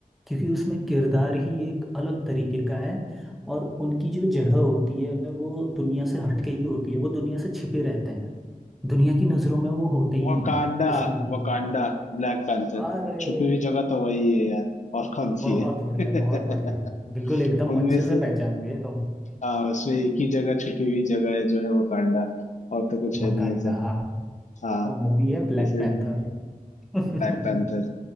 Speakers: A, in the centre; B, on the left (about 55°).
A: क्योंकि उसमें किरदार ही एक अलग तरीके का है और उनकी जो जगह होती है वो दुनिया से हटके ही होती है वो दुनिया से छिपे रहते हैं दुनिया की नज़रों में वो होते ही
B: वकांडा
A: नहीं है उस मूवी
B: वकांडा
A: में
B: Black Panther
A: अरे
B: छुपी हुई जगह तो वही है यार और कौन
A: बहुत
B: सी है
A: बढ़िया
B: <laughs>
A: बहुत बढ़िया बिल्कुल एकदम
B: उनमें
A: अच्छे से
B: से
A: पहचान गए तुम
B: हाँ उसमें एक ही जगह छुपी हुई जगह है जो है वकांडा और तो कुछ है
A: वकांडा
B: नहीं ऐसा
A: हाँ
B: हाँ
A: और मूवी है ब्लैक
B: इसीलिए
A: पैंथर <laughs>
B: Black Panther